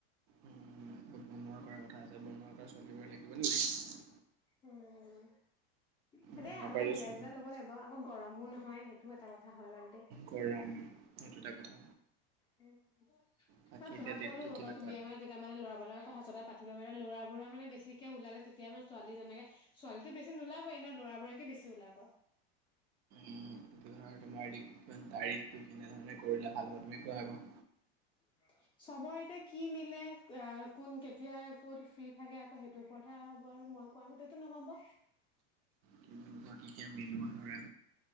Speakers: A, on the right; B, on the left.
A: উম, বনোৱা কৰা কথা আছে বনোৱা কৰা ছোৱালীবোৰে লাগিব লাগিব।
B: উম, সেইটোৱে
A: বনোৱা
B: আগতে
A: কৰা যদি
B: মিলাই
A: চলো
B: জোলাই ল'ব লাগিব আকৌ গৰমো নহয়। সেইটো এটা কথা হয় বাৰু দেই।
A: গৰম সেইটো এটা কথা।
B: উম,
A: বাকী
B: মই তোমাক
A: এতিয়া ডেটটো
B: ক'লো আকৌ
A: কেনেকুৱা?
B: তুমি তেতিয়া মানে ল'ৰাবোৰৰ লগত কথাত পাতিবা মানে ল'ৰাবোৰৰ মানে বেছিকৈ ওলালে তেতিয়া মানে ছোৱালী তেনেকে ছোৱালীটো বেছি নোলাব এনেও ল'ৰাবোৰকে বেছি ওলাব।
A: উম, ধৰা তোমাৰ তাৰিখটো কেনেধৰণে কৰিলে ভাল হ'ব তুমি কোৱা আকৌ।
B: <inaudible> চবৰ এতিয়া কি মিলে অ' কোন কেতিয়া ক'ত ফ্ৰী থাকে আকৌ সেইটোৰ ওপৰতহে হ'ব আৰু মই কোৱা মতেতো নহ'ব।
A: কিন্তু বাকীকে মিলোৱা হয়।